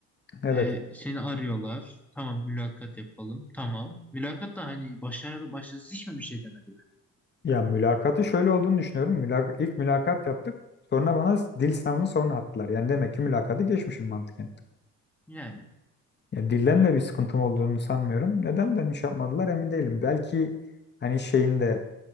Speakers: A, on the left; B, in the centre.
A: Evet.
B: E, seni arıyorlar. Tamam mülakat yapalım. Tamam. Mülakat da hani başarılı başarısız hiç mi bir şey demediler?
A: Ya mülakatı şöyle olduğunu düşünüyorum. Mülak ilk mülakat yaptık. Sonra bana dil sınavını sonra attılar. Yani demek ki mülakatı geçmişim mantıken.
B: Yani
A: Ya dilden de bir sıkıntım olduğunu sanmıyorum. Neden dönüş yapmadılar emin değilim. Belki hani şeyinde